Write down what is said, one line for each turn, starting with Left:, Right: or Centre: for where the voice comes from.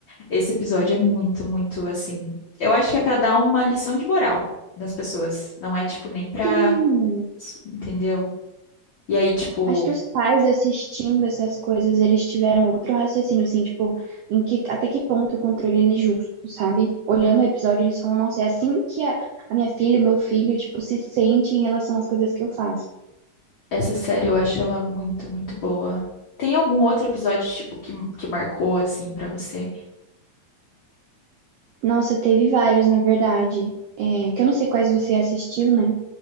Left: Esse episódio é muito, muito assim. Eu acho que é pra dar uma lição de moral nas pessoas. Não é, tipo, nem pra.
Right: sim.
Left: Entendeu? E aí, tipo,
Right: Acho que os pais assistindo essas coisas, eles tiveram outro raciocínio, assim, tipo, em que, até que ponto o controle ele é justo, sabe? Olhando
Left: hum,
Right: o episódio, eles falam, nossa, é assim que a, a minha filha, o meu filho, tipo, se sente em relação às coisas que eu faço.
Left: essa série eu acho ela muito, muito boa. Tem algum outro episódio, tipo, que, que marcou, assim, pra você?
Right: Nossa, teve vários, na verdade, é, que eu não sei quais você assistiu, né?